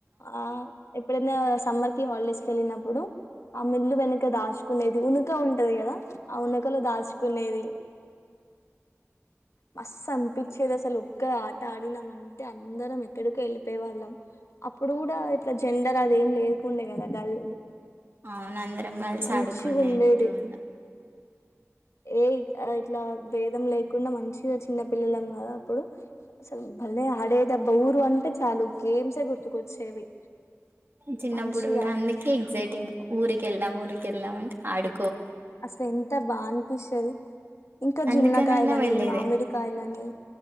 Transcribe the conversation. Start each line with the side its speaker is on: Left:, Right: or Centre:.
Left: ఆ ఎ ఎప్పుడైనా సమ్మర్ కి హాలిడేస్ క వెళ్ళినప్పుడు ఆ మిల్లు వెనక దాచు కునేది ఉనుక ఉంటది కదా ఆ ఉనుకలో దాచుకునేది మస్ అనిపించేది అసలు ఒక్క ఆట ఆడినాం అంటే అందరం ఎక్కడికి వెళ్ళిపోయే వాళ్ళం అప్పుడు కూడా ఇట్లా జెండర్ అద ఏం లేదుకుండే కదా గల్
Right: అవున అందరం కలిసి
Left: మంచిగా
Right: ఆడుగు కొన్నట్టుందా
Left: ఉండేది ఏ ఇట్లా భేదం లేకుండా మంచి గా చిన్న పిల్లలం కదా అప్పుడు అసలు భలే ఆడేదబ్బ ఊరు అంటే చాలు గేమ్సే గుర్తుకొచ్చేవి
Right: చిన్నప్పుడు
Left: మంచిగా
Right: కూడా అందుకే ఎక్సైటింగ్ ఊరికి వెళ్దాం ఊరికి కెల్లామంటే ఆడు
Left: అసలు ఎంత బాగా అనిపిస్తది ఇంకా
Right: అందుకనైనా
Left: జున్నకాయలని
Right: వెళ్ళేదే
Left: మామిడికాయలని